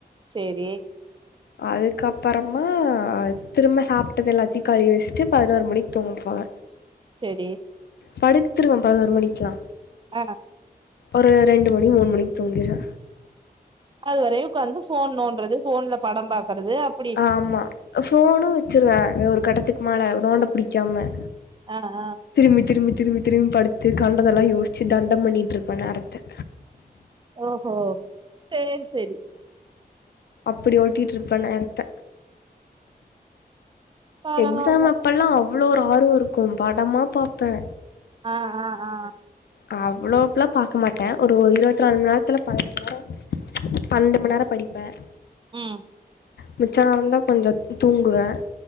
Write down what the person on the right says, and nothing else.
சேரி
சேரி
ஆ
அது வரையு உக்காந்து போன் நோன்றது போன்ல படோ பாக்குறது அப்
ஆ ஆ
ஓஹோ சேர் சேரி
பரவால்ல.
ஆ ஆ ஆ
ம்